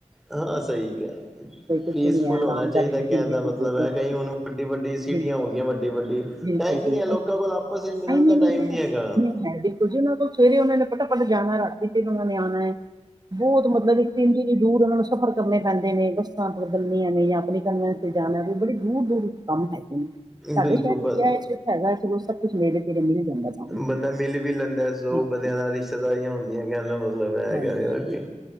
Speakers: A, in the centre; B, on the right.
A: ਹਾਂ ਸਹੀ ਐ।
B: ਕੁਛ
A: ਪੀਸਫੁੱਲ
B: ਨਹੀਂ ਹੈ ਆਰਾਮਦਾਰੀ
A: ਹੋਣਾ ਚਾਈਦਾ
B: ਦੀ
A: ਕੈਣ
B: ਜ਼ਿੰਦਗੀ
A: ਦਾ ਮਤਲਬ
B: ਹੈ
A: ਐ,
B: ਬਿਲਕੁਲ
A: ਕਈ ਹੁਣ ਵੱਡੀ-ਵੱਡੀ ਸਿਟੀਆਂ
B: ਬਿਲਕੁਲ
A: ਹੋ ਗਈਆਂ ਵੱਡੀ-ਵੱਡੀ
B: ਬਿਲਕੁਲ
A: ਟਾਈਮ ਈ
B: ਜੀ
A: ਨੀ ਹੈ ਲੋਕਾਂ ਕੋਲ ਆਪਸ ਚ ਮਿਲਨ ਦਾ
B: ਹੀ ਨਹੀਂ
A: ਟਾਈਮ ਨਈ
B: ਹੈ
A: ਹੈਗਾ।
B: ਨਹੀਂ ਹੈ ਬਿਲਕੁਲ ਜੀ ਉਹਨਾਂ ਕੋਲ ਸਵੇਰੇ ੳਨਾਂ ਨੇ ਫਟਾਫੱਟ ਜਾਨਾ ਰਾਤੀ ਫੇਰ ੳਨਾਂ ਨੇ ਆਨਾ ਏ, ਬੋਤ ਮਤਲਬ ਇੱਕ ਤੇ ਏਨੀ-ਏਨੀ ਦੂਰ ੳਨਾਂ ਨੂੰ ਐਫਟ ਕਰਨੇ ਪੈਂਦੇ ਨੇ ਬਸ ਬਸਾਂ ਬਦਲਣੀਆਂ ਨੇ ਜਾਂ ਅਪਣਨੇ ਕਨਵੈਂਸ ਤੇ ਜਾਨਾ ਏਂ। ਬੜੇ ਦੂਰ-ਦੂਰ ਕੰਮ ਹੈਗੇ ਨੇ। ਸਾਡੇ
A: ਬਿਲਕੁਲ
B: ਸ਼ਹਰ
A: ਬ
B: ਵਿਚ ਏਹ ਸੁਖ ਹੈਗਾ ਚਲੋ ਸਭ ਕੁਛ ਨੇੜੇ-ਤੇੜੇ ਮਿਲ ਜਾਂਦਾ ਸਾਨੂੰ
A: ਬੰਦਾ ਮਿਲ ਵੀ ਲੈਂਦਾ ਐ, ਸੌ
B: ਹਾਂਜੀ
A: ਬੰਦੇਆਂ ਨਾਲ ਰਿਸ਼ਤੇਦਾਰੀਆਂ ਹੁੰਦੀਆਂ ਕੈਨ ਦਾ ਮਤਲਬ ਐ ਹੈਗਾ
B: ਹਾਂਜੀ
A: ਵੇ, ਹੋਰ ਕੀ।